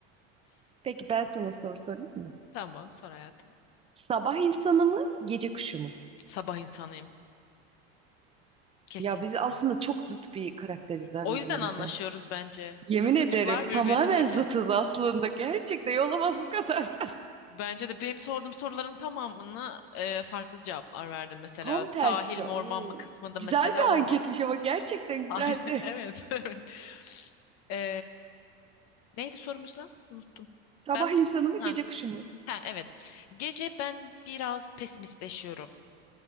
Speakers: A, on the right; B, on the left.
A: Peki ben sana soru sorayım mı?
B: Tamam sor hayatım.
A: Sabah insanı mı, gece kuşu mu?
B: Sabah insanıyım kesinlikle.
A: Ya biz aslında çok zıt bir karakteriz ha
B: O
A: birbirimize.
B: yüzden anlaşıyoruz bence.
A: Yemin
B: Zıt kutuplar
A: ederim
B: birbirini
A: tamamen
B: çeker.
A: zıtız aslında. Gerçekten olamaz bu kadar da. <laughs>
B: Bence de benim sorduğum soruların tamamını e, farklı cevaplar verdim. Mesela
A: Tam
B: sahil
A: tersi.
B: mi
A: Oo.
B: orman mı kısmında mesela
A: Güzel bir
B: orman.
A: anketmiş ama gerçekten güzeldi.
B: Ay, <laughs> evet evet. E, neydi sorumuz lan? Unuttum.
A: Sabah
B: Ben
A: insanı mı,
B: ha,
A: gece kuşu mu?
B: ha evet. Gece ben biraz pesimistleşiyorum.